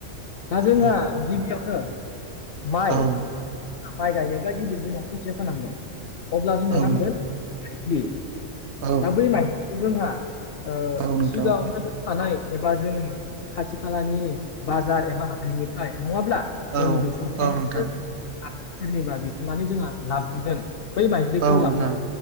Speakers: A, on the left; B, on the right.
A: दा जोंहा
B: औ
A: गिबियावनो माइ‌
B: औ
A: माइ गायनोब्ला गिबियाव जोंना खोथिया फोनांगोन अब्ला जोंनो
B: औ
A: नांगोन
B: नोंथां
A: माइज्लि।
B: औ
A: दा बै माइखौ जोंहा ओ
B: औ नोंथां
A: सिगाङावनो दो थानाय एबा जोङो खाथि खालानि बाजार एबा हाथाइनिफ्राय नङाब्ला
B: औ
A: जोंनि नुसुंसेफोर
B: नोंथां
A: सोरनिबा बिथनानै जोंहा लाबुगोन बै माइज्लिखौ
B: औ नोंथां
A: ला